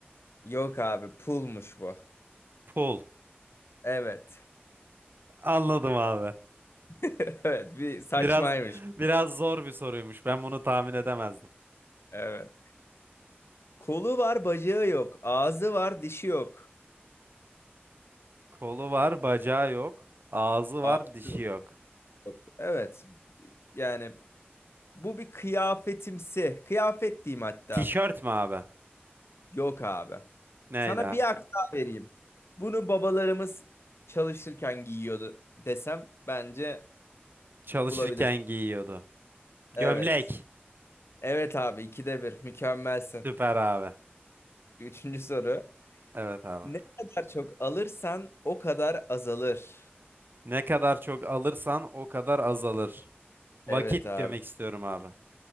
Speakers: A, on the left; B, on the right.
A: Yok abi pulmuş bu.
B: Pul.
A: Evet.
B: Anladım abi.
A: <laughs> Evet bir saçmaymış.
B: Biraz biraz zor bir soruymuş. Ben bunu tahmin edemezdim.
A: Evet. Kolu var, bacağı yok. Ağzı var, dişi yok.
B: Kolu var, bacağı yok. Ağzı
A: Ağzı
B: var, dişi
A: var,
B: yok.
A: yok. Evet. Yani bu bir kıyafetimsi. Kıyafet diyeyim hatta.
B: Tişört mü abi?
A: Yok abi.
B: Neydi
A: Sana
B: abi?
A: bir hak daha vereyim. Bunu babalarımız çalışırken giyiyordu desem bence
B: Çalışırken
A: bulabilirsin.
B: giyiyordu.
A: Evet.
B: Gömlek.
A: Evet abi ikide bir. Mükemmelsin.
B: Süper abi.
A: Üçüncü soru.
B: Evet abi.
A: Ne kadar çok alırsan o kadar azalır.
B: Ne kadar çok alırsan o kadar azalır. Vakit
A: Evet abi.
B: demek istiyorum abi.